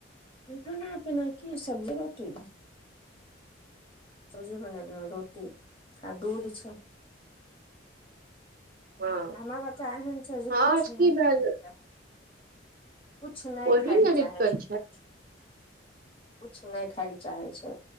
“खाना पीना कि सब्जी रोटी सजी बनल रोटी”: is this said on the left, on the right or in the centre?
Left